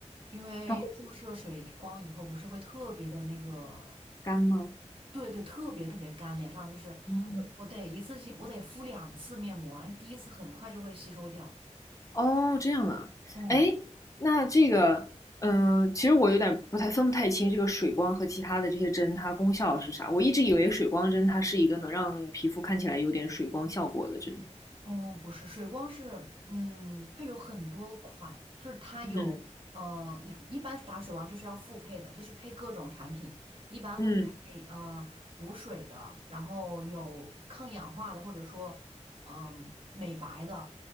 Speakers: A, on the right; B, on the left.
A: 因为注射水光以后不是会特别的那个，
B: 它会干吗？
A: 对对，特别特别干，脸上就是我我得一次性我得敷两次面膜，
B: 哦
A: 第一次很快就会吸收掉。
B: 哦，这样啊，
A: 嗯，
B: 哎，那这个，嗯、其实我有点不太分不太清这个水光和其他的这些针，它功效是啥？我一直以为水光针它是一个能让皮肤看起来有点水光效果的针。
A: 嗯，不是，水光是，嗯，它有很多款，就是它有，
B: 嗯
A: 呃，你一般打水光就是要复配的，就是配各种产品，一般会配呃补水的，
B: 嗯
A: 然后有抗氧化的，或者说，嗯、美白的，